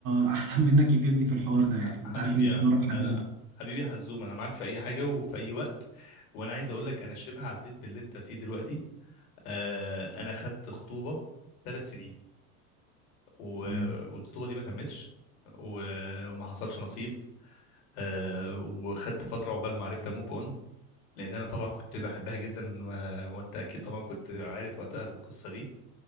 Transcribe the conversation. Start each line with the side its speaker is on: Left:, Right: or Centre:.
Right: <laughs> احسن منك يفيدني في الحوار ده يعني انت
Left: حبيبي
Right: عارف ان انت
Left: يا
Right: أقرب
Left: ح-
Right: حد ليا
Left: حبيبي يا حزوم انا معاك في اي حاجه وفي اي وقت وانا عايز اقول لك انا شبه عديت باللي انت فيه دلوقتي آه انا خدت خطوبه ثلاث سنين و...
Right: تمام
Left: والخطوبه دي ما تمتش و... وما حصلش نصيب آه وخدت فتره عقبال ما عرفت اموف اون لان انا طبعا كنت بحبها جدا و... وانت اكيد طبعا كنت عارف وقتها القصه دي